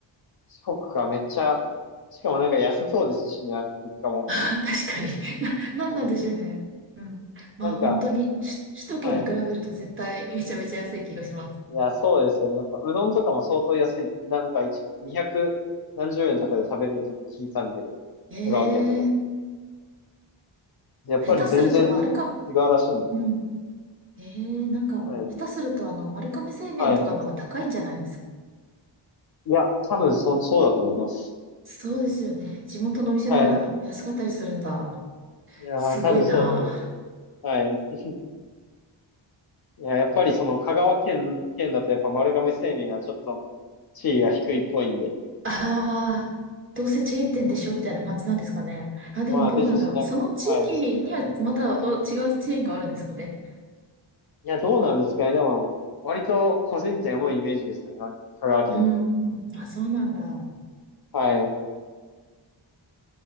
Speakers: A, on the left (about 50°); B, on the right (about 25°).
A: 四国か、めっちゃ、しかもなんか安そうですしね、なんか物価も。
B: <laughs> 確かに。な、なんなんでしょうね。
A: うん
B: うん。まあ本当に、
A: なんか、
B: し首都圏に比べると絶対
A: はい。
B: <laughs> めちゃめちゃ安い気がします。
A: いや、そうですよね。やっぱ、うどんとかも相当安い。なんか、一、200何十円とかで食べれるとか聞いたんで、
B: ええー
A: 香川県とか。でやっぱり全然
B: 下手すると丸か、
A: 違うらしいんで。
B: うん。ええーなんか、
A: はい。
B: 下手するとあの、丸亀製麺とかの方が高いんじゃないですか。
A: はい。いや、多分そ、そうだと思います。
B: そうですよね。地元のお店の方が安かったりするんだ。
A: はい。いやー、
B: すごいな。
A: 多分そうだと思いますよ。はい。いや、やっぱりその、香川県、県だとやっぱ丸亀製麺はちょっと地位が低いっぽいんで。
B: ああ、どうせチェーン店でしょみたいな感じなんですかね。あ、でもどうなんだろう。
A: まあ、ですしな、
B: その地域にはまたお違うチェーンがあるんですかね。
A: はい。いや、どうなんですかね。でも、割と個人店多いイメージですね。なんか香川県だと。
B: うん、うん。あ、そうなんだ。
A: はい。